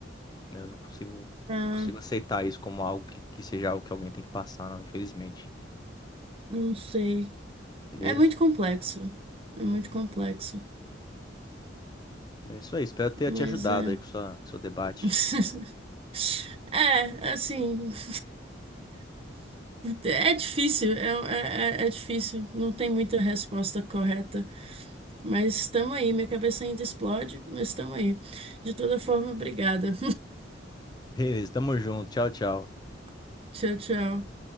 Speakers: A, on the left; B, on the right.
A: né? Eu não consigo,
B: Ah,
A: não consigo aceitar isso como algo que, que seja algo que alguém tem que passar, não, infelizmente.
B: não sei.
A: Beleza?
B: É muito complexo. É muito
A: Uhum.
B: complexo.
A: É isso aí. Espero ter
B: Mas
A: te ajudado
B: é.
A: aí com sua, com seu debate.
B: <laughs> É, assim. <laughs> É difícil, é, é, é é difícil. Não tem muita resposta correta. Mas estamos aí. Minha cabeça ainda explode, mas estamos aí. De toda forma, obrigada.
A: Beleza, tamo junto. Tchau, tchau.
B: <laughs> Tchau, tchau.